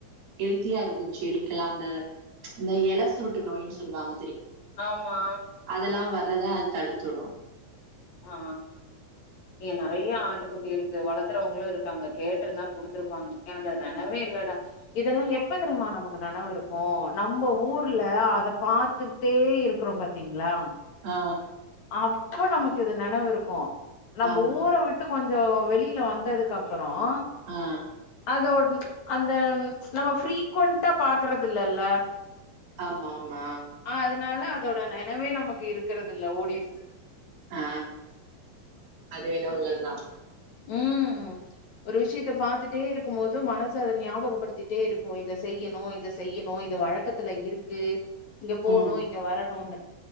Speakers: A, on the right; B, on the left.
A: ஹெல்த்தியாருக்கு செடிக்கெலா அந்த இந்த எல சுருட்டு நோயின் சொல்வாங்க
B: ஆமா
A: அதெலா வர்றத அது தடுத்துவுடு
B: ஆ ஏ நெறையா ஆட்டு குட்டி இருக்கு வளர்த்துறவங்களு இருக்காங்க கேட்ருந்தா குடுத்துருப்பாங்க எனக்கு அது நெனவே இல்லடா இதெலா எப்ப தெரியுமா நமக்கு நெனவு இருக் கு நம்ப ஊர்ல அத பாத்துட்டே இருக்குறோ பாத்தீங்ளா
A: ஆ
B: அப்ப நமக்கு இது நெனவுருக்கு நம்ப
A: ஆமா.
B: ஊர விட்டு கொஞ் ஜோ வெளில வந்ததுக்கப்பறோ ஓ
A: ஆ
B: அதோட் அந்த நம்ம ஃப்ரீக்குவண்டா பாக்றது இல்லல்ல
A: ஆமா ஆமா
B: ஆ அதனால அதோட நெனவே நமக்கு இருக்கறதுல்ல ஓடிரிச்சி
A: ஆ அது வேணா உள்ளதா
B: ம் ஒரு விஷயத்த பாத்துட்டேருக் மோது மனசு அத ஞாபகப்படுத்திட்டேருக்கு இத செய்யிணு இத செய்யிணு இத வழக்கத்துல இருக்கு இங்க போணு
A: ம்
B: இங்க வரணுன்னு